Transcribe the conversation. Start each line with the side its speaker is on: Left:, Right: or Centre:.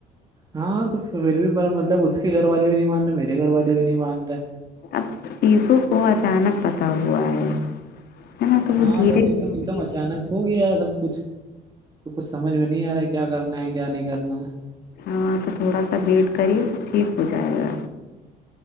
Right: ہاں تو پھر بھی مطلب اس کے گھر والے بھی نہیں مان رہے میرے گھر والے بھی نہیں مان رہے
Left: اب چیزوں کو اچانک پتا ہوا ہے ہے نا تو
Right: ہاں
Left: وہ دھیرے
Right: بس ایک
Left: دھیرے
Right: دم ایک
Left: چ
Right: دم اچانک
Left: گئی
Right: ہو گیا ہے سب کچھ تو کچھ سمجھ میں نہیں آ رہا ہے کیا کرنا ہے کیا نہیں کرنا ہے
Left: ہاں تو تھوڑا سا ویٹ کریے تو ٹھیک ہو جائے گا